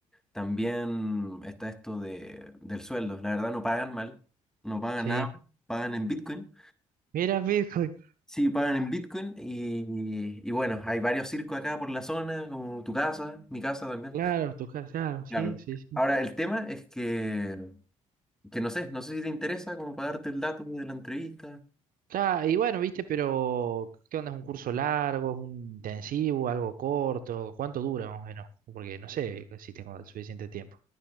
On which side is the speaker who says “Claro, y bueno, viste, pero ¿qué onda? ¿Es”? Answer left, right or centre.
Right